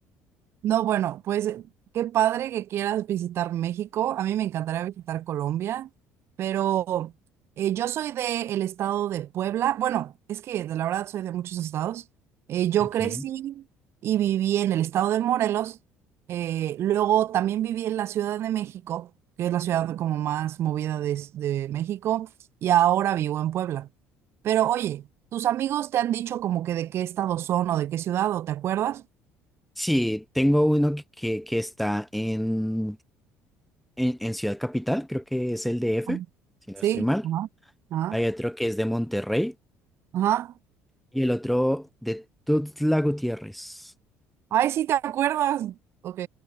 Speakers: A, on the right; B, in the centre.
A: No, bueno, pues qué padre que quieras visitar México. A mí me encantaría visitar Colombia, pero eh, yo soy del estado de Puebla. Bueno, es que de la verdad soy de muchos estados. Eh, yo
B: Ok.
A: crecí y viví en el estado de Morelos. eh, luego también viví en la Ciudad de México, que es la ciudad como más movida de, de México, y ahora vivo en Puebla. Pero oye, ¿tus amigos te han dicho como que de qué estado son o de qué ciudad o te acuerdas?
B: Sí, tengo uno que, que, que está en, en, en Ciudad Capital, creo que es el DF,
A: Ajá.
B: si no
A: Sí,
B: estoy mal.
A: ajá, ajá,
B: Hay otro que es de Monterrey
A: ajá.
B: y el otro de Tuxtla Gutiérrez.
A: Ay, sí, ¿te acuerdas? Ok,